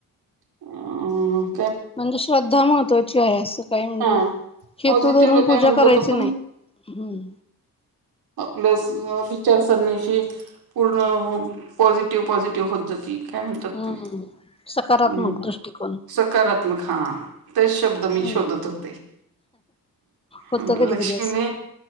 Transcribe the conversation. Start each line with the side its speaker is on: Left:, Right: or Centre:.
Right: अ
Left: म्हणजे श्रद्धा महत्त्वाची आहे असं काही म्हणजे
Right: हा
Left: - हेतू
Right: पॉझिटिव्हला
Left: धरून पूजा
Right: काय म्हणतात
Left: करायची
Right: आपण
Left: नाही हम्म
Right: <inaudible> आपल्या विचारसरणीशी पूर्ण पॉझिटिव्ह पॉझिटिव्ह होत जातील. काय म्हणतात
Left: हम्म
Right: त्याला
Left: सकारात्मक
Right: अम
Left: दृष्टिकोन
Right: सकारात् त्मक हा तेच शब्द मी
Left: हम्म
Right: शोधत होते.
Left: होतं
Right: हम्म
Left: कधी
Right: लक्ष्मीने
Left: कधी असं